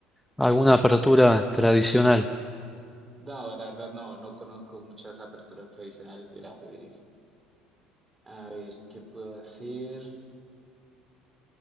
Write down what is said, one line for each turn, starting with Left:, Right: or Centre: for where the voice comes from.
Centre: alguna apertura tradicional.
Right: No, la verdad no, no conozco muchas aperturas tradicionales del ajedrez. A ver, ¿qué puedo hacer?